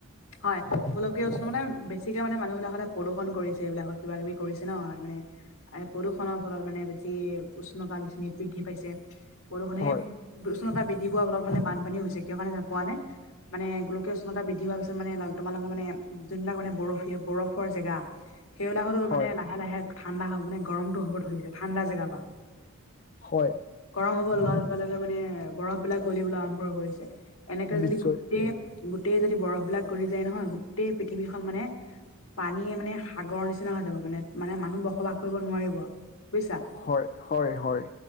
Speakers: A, on the left; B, on the left.
A: হয়। গোলকীয় উষ্ণতাই বেছিকে মানে মানুহ বিলাক সদায় প্ৰদূষণ কৰিছে এইবিলাকত, কিবা কিবি কৰিছে ন, মানে এ প্ৰদূষণৰ ফলত মানে বেছি উষ্ণতা বৃদ্ধি পাইছে প্ৰদূষুণে।
B: হয়
A: উষ্ণতা বৃদ্ধি পোৱাৰ ফলত মানে বানপানী হৈছে, কিয় কাৰণে কোৱা নে? মানে গোলকীয় উষ্ণতা বৃদ্ধি হোৱা পিছত মানে তোমালোকৰ মানে যোনবিলাক মানে বৰফি বৰফৰ জেগা সেইবিলাকটো
B: হয়
A: মানে লাহে লাহে ঠাণ্ডা হ মানে গৰমটো হব ধৰিছে ঠাণ্ডা জেগা পৰা।
B: হয়।
A: গৰম হব লোৱাৰ লগে লগে মানে বৰফ বিলাক গলিবলৈ আৰম্ভ কৰিছে। এনেকে যদি
B: নিশ্চয়
A: গোটেই গোটেই যদি বৰফবিলাক গলি যায় নহয়, গোটেই পৃথিৱীখন মানে। পানীয়ে মানে সাগৰৰ নিচিনা হৈ যাব মানে মানে মানুহ বসবাস কৰিব নোৱাৰিব বুজিছা?
B: হয়' হয়', হয়',